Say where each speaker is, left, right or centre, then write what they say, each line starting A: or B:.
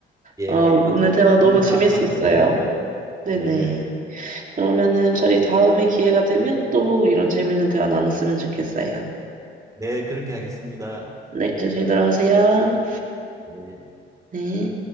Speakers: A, on the right (about 15°); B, on the right (about 40°).
A: 예,
B: 아, 오늘
A: 아주
B: 대화
A: 좋은
B: 너무 재밌었어요.
A: 대화 감사드립니다.
B: 네네.
A: 네,
B: 그러면은 저희 다음에 기회가 되면 또 이런 재밌는 대화 나눴으면 좋겠어요.
A: 네 그렇게 하겠습니다.
B: 네, 조심히 들어가세요.
A: 네.
B: 네.